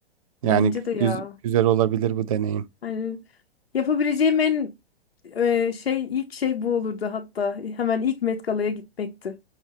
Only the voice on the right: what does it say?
Yani
güz- güzel olabilir bu deneyim.